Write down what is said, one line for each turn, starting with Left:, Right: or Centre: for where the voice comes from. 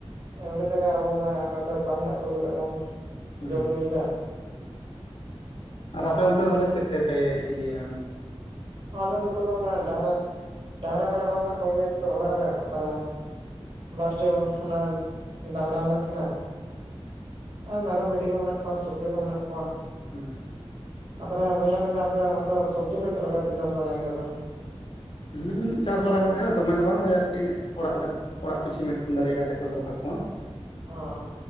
Right: ᱮᱢᱱᱤ ᱛᱮᱜᱮ ᱟᱵᱚ ᱢᱟᱱᱮ ᱦᱚᱭᱛᱚ ᱠᱟᱹᱢᱤ ᱟᱹᱥᱩᱞ ᱠᱟᱛᱮᱜ ᱵᱚᱱ
Left: ᱦᱮᱸ
Right: ᱡᱚᱢ ᱧᱩᱭᱫᱟ᱾
Left: ᱟᱨ ᱟᱯᱮ ᱚᱱᱛᱮ ᱫᱚ ᱛᱟᱦᱞᱮ ᱪᱮᱫ ᱛᱮᱯᱮ ᱤᱭᱟᱹᱭᱟ?
Right: ᱟᱞᱮ ᱱᱚᱛᱮ ᱫᱚ ᱢᱟᱱᱮ ᱰᱟᱝᱨᱟ ᱰᱟᱝᱨᱟ ᱠᱟᱰᱟ ᱠᱚ ᱢᱮᱱᱟᱜ ᱠᱚᱜᱮᱭᱟ ᱱᱤᱛᱚᱜ ᱚᱲᱟᱜ ᱨᱮ᱾ ᱛᱟᱦᱚᱞᱮ ᱵᱟᱨ ᱡᱚᱲ ᱢᱟᱱᱮ ᱰᱟᱝᱨᱟ ᱢᱮᱱᱟᱜ ᱠᱤᱱᱟᱹ ᱟᱨ ᱢᱮᱨᱚᱢ, ᱵᱷᱤᱴᱤ ᱠᱚ ᱢᱮᱱᱟᱜ ᱠᱚᱣᱟ, ᱥᱩᱠᱨᱤ ᱠᱚ ᱢᱮᱱᱟᱜ ᱠᱚᱣᱟ᱾
Left: ᱦᱩᱸ
Right: ᱟ ᱛᱟᱦᱞᱮ ᱵᱚᱭᱦᱟ ᱞᱟᱹᱭ ᱢᱮ ᱟᱯᱮ ᱚᱱᱛᱮ ᱥᱚᱵᱽᱡᱤ ᱠᱚ ᱪᱮᱫ ᱞᱮᱠᱟ ᱯᱮ ᱪᱟᱥ ᱵᱟᱲᱟᱭ ᱜᱮᱭᱟ ᱛᱟᱦᱚᱞᱮ?
Left: ᱦᱩᱸ ᱪᱟᱥ ᱵᱟᱲᱟ ᱠᱚᱜᱮ ᱫᱚᱢᱮ ᱫᱚ ᱵᱟᱝ ᱳᱭ ᱟᱨᱠᱤ᱾ ᱚᱲᱟᱜ ᱞᱟᱜ ᱚᱲᱟᱜ ᱯᱤᱪᱷᱤ ᱢᱤᱫᱴᱤᱱ ᱵᱟᱨᱭᱟ ᱠᱟᱛᱮᱫ ᱠᱚ ᱫᱚᱦᱚ ᱠᱟᱠᱚᱣᱟ᱾
Right: ᱚᱻ